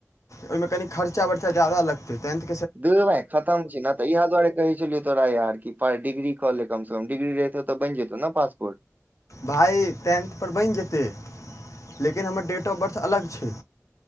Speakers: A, on the left (about 70°); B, on the right (about 30°).
A: ओहिमे कनि खर्चा बर्चा जायदा लतै टेंथ
B: दूल्हु भाई खतम छी ने तऽ इएह दुआरे कहै छलौ तोरा यार कि पर डिग्री कले कम से कम डिग्री रहतौ तऽ बनि जेतौ ने पासपोर्ट
A: भाइ टेंथ पर बैन जेतै लेकिन हमर डेट ऑफ बर्थ अलग छै